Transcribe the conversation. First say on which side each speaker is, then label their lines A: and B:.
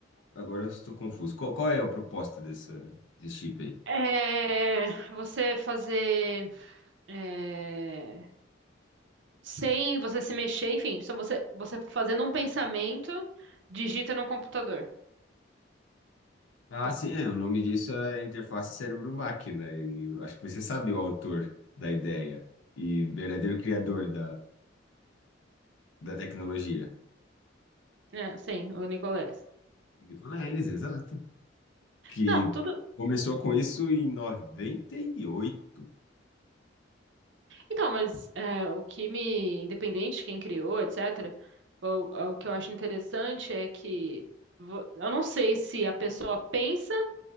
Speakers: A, on the left (about 75°); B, on the right (about 70°).
A: Agora eu estou confuso. Qual, qual é a proposta dessa, desse chip aí?
B: É, você fazer, é, sem você se mexer, enfim, só você, você fazendo um pensamento, digita no computador.
A: Ah,
B: Então,
A: sim, é, o nome disso é interface cérebro-máquina, e eu acho que você sabe o autor da ideia e verdadeiro criador da, da tecnologia.
B: é, sim, o Nicoleles.
A: Nicola Elis, exato. Que
B: Não, tudo,
A: começou com isso em noventa e oito
B: Então, mas é, o que me, independente de quem criou, etc., o, o que eu acho interessante é que vo- eu não sei se a pessoa pensa